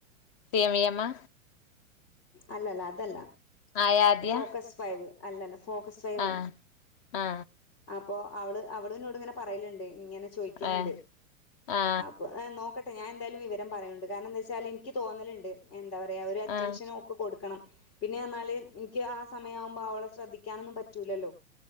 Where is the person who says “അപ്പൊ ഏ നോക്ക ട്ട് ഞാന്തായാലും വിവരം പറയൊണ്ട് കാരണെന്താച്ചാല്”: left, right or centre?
Left